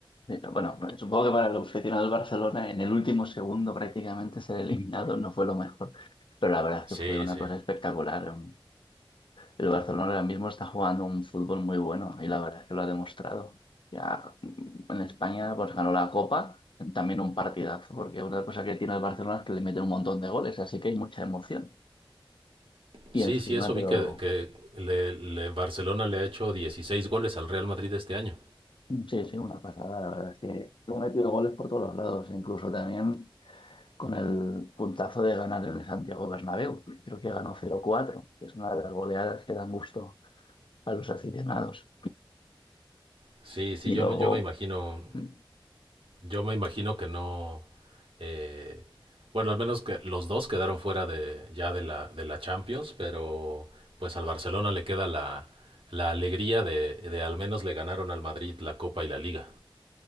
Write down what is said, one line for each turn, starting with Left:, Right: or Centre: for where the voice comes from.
Left: eh, bueno, supongo que para el aficionado del Barcelona en el último segundo prácticamente ser eliminado no fue lo mejor, pero la verdad es
Right: Sí,
Left: que fue una
Right: sí.
Left: cosa espectacular. El Barcelona ahora mismo está jugando un fútbol muy bueno y la verdad es que lo ha demostrado. Ya mm, en España pues ganó la Copa, también un partidazo, porque una cosa que tiene el Barcelona es que le mete un montón de goles, así que hay mucha emoción. Y
Right: Sí,
Left: encima,
Right: sí, eso
Left: pero
Right: vi que, que le, le- Barcelona le ha hecho 16 goles al Real Madrid este año.
Left: Sí, sí, una pasada, la verdad es que ha metido goles por todos los lados, incluso también con el puntazo de ganar en el Santiago Bernabéu. Creo que ganó 0-4, que es una de las goleadas que dan gusto a los aficionados.
Right: Sí, sí,
Left: Y
Right: yo,
Left: luego,
Right: me- yo me imagino,
Left: mm,
Right: yo me imagino que no, eh, bueno, al menos que los dos quedaron fuera de, ya de la, de la Champions, pero pues al Barcelona le queda la, la alegría de, de al menos le ganaron al Madrid la Copa y la Liga.